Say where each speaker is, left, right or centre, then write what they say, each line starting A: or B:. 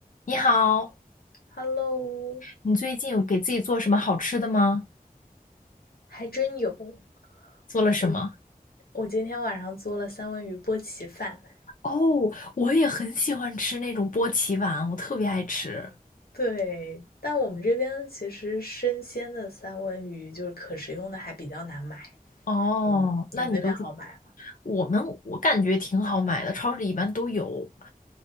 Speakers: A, on the left; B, on the left.
A: 你好，
B: Hello，
A: 你最近有给自己做什么好吃的吗？
B: 还真有。
A: 做了什么？
B: 我我今天晚上做了三文鱼波奇饭，
A: 哦，我也很喜欢吃那种波奇碗，我特别爱吃。
B: 对，但我们这边其实生鲜的三文鱼就是可食用的还比较难买。
A: 哦，
B: 你们你们那边好买吗？
A: 那你都是我们，我感觉挺好买的，超市里一般都有。